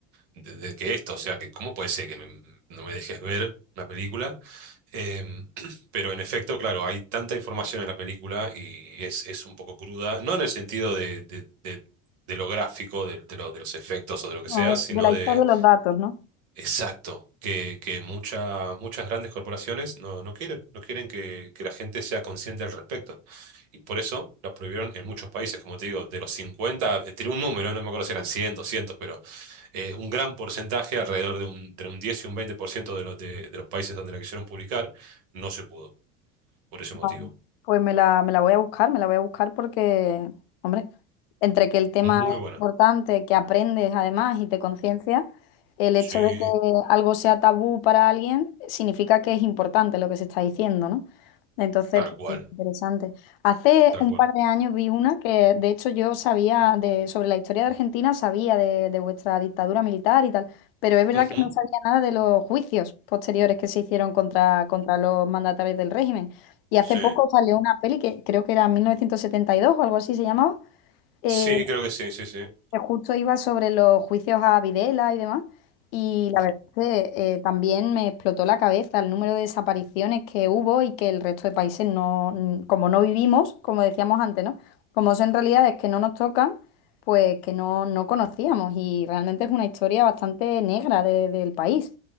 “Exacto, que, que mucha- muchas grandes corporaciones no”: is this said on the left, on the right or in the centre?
Right